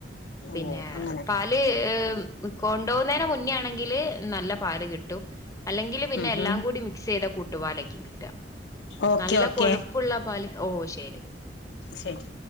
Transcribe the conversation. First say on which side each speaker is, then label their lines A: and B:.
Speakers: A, on the left; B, on the left.
A: പിന്നെ
B: ഓ അങ്ങനെ
A: പാ ല് എഹ്മ് കൊണ്ടോവുന്നേന് മുന്നേ ആണെങ്കില് നല്ല പാല് കിട്ടും. അല്ലെങ്കിൽ പിന്നെ
B: ഉം
A: എല്ലാം
B: ഉം
A: കൂടി മിക്സ് ചെയ്ത കൂട്ടുപാലേക്കും കിട്ടാ.
B: ഓക്കെ
A: നല്ല
B: ഓക്കെ
A: കൊഴുപ്പുള്ള പാല്, ഓഹ് ശരി.
B: ശരി.